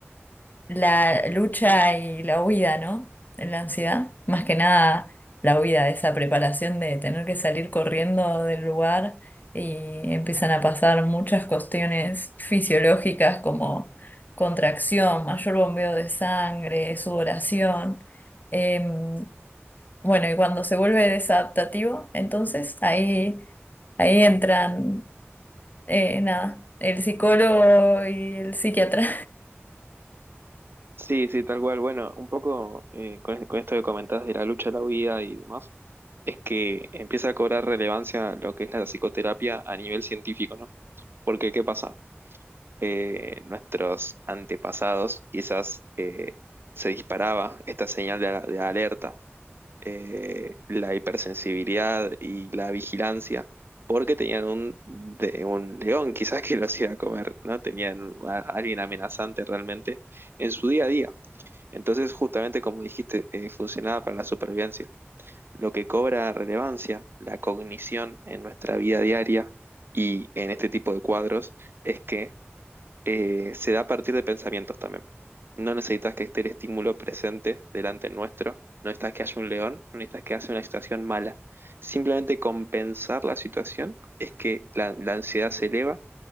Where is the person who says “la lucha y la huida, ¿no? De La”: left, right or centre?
Left